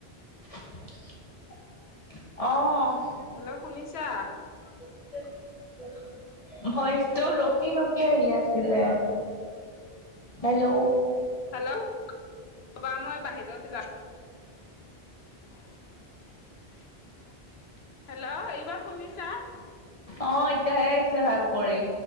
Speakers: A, on the left; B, on the left.
A: অ'!
B: হেল্ল'! শুনিছা?
A: <unintelligible> ভইচ ত' ৰখি-ৰখি আহি আছিলে। হেল্ল'?
B: হেল্ল'! ৰ'বা মই বাহিৰত যাম। <unintelligible> হেল্ল'! এইবাৰ শুনিছা?
A: অ'! এতিয়াহে আহিছে, ভাল কৰি।